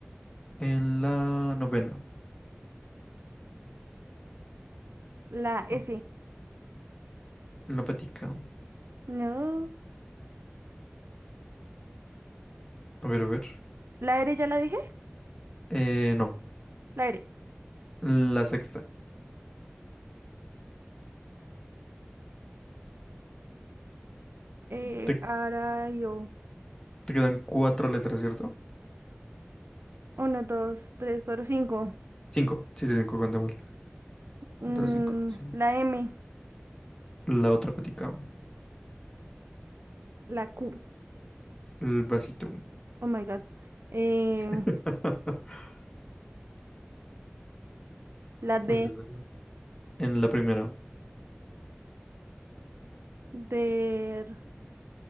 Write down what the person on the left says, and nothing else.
En la novena.
No, en la patica.
A ver, a ver.
Eh, no.
La sexta.
Te,
te quedan cuatro letras, ¿cierto?
Cinco. Sí, sí, cinco, cuenta mal.
Otras cinco. sí.
La otra patica.
El vasito.
<laughs>
Bueno, bueno. En la primera.